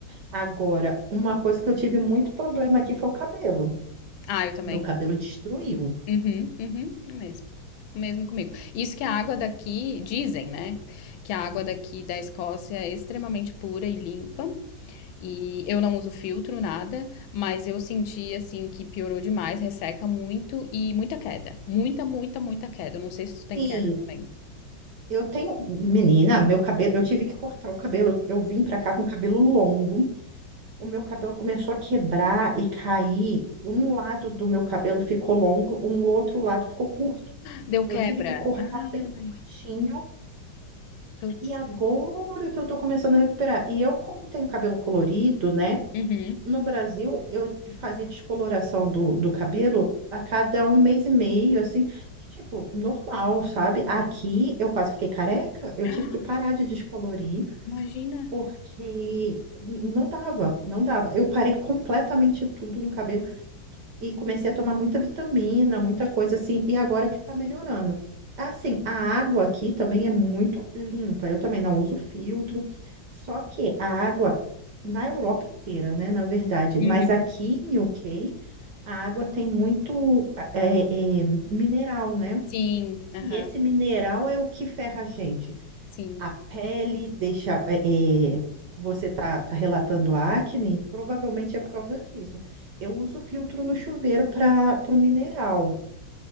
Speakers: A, on the right; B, on the left.
A: Agora, uma coisa que eu tive muito problema aqui foi o cabelo.
B: Ah, eu também.
A: Meu cabelo destruiu.
B: Uhum, uhum, o mesmo. O mesmo comigo. Isso que a água daqui, dizem, né? Que a água daqui da Escócia é extremamente pura e limpa. E eu não uso filtro, nada, mas eu senti assim que piorou demais, resseca muito e muita queda. Muita, muita, muita queda. Eu não sei se tu tem
A: Sim,
B: queda também.
A: Eu tenho, menina, meu cabelo, eu tive que cortar o cabelo. Eu vim pra cá com cabelo longo. O meu cabelo começou a quebrar e cair. Um lado do meu cabelo ficou longo, um outro lado ficou curto.
B: Deu
A: Eu
B: quebra.
A: tive que cortar
B: Ai,
A: bem curtinho
B: putz.
A: e agora que eu tô começando a recuperar. E eu, como tenho cabelo colorido, né?
B: Uhum.
A: No Brasil, eu fazia descoloração do, do cabelo a cada um mês e meio, assim, e, tipo, normal, sabe? Aqui eu quase fiquei careca, eu
B: <gasps>
A: tive que parar de descolorir,
B: Imagina.
A: porque não dava, não dava. Eu parei completamente tudo no cabelo e comecei a tomar muita vitamina, muita coisa assim, e agora que tá melhorando. Assim, a água aqui também é muito limpa, eu também não uso filtro, só que a água na Europa inteira, né, na verdade, mas
B: Uhum.
A: aqui em UK, a água tem muito é, é, mineral, né?
B: Sim, aham,
A: E esse mineral é o que ferra a gente.
B: sim.
A: A pele deixa. é, é, você tá, tá relatando acne, provavelmente é por causa disso. Eu uso filtro no chuveiro para o mineral,